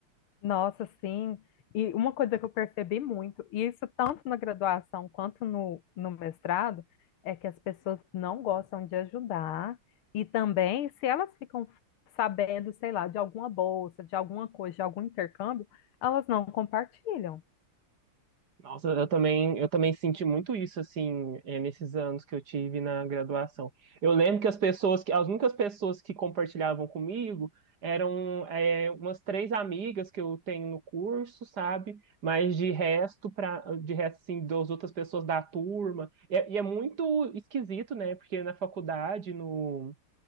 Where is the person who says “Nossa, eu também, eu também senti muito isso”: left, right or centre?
Right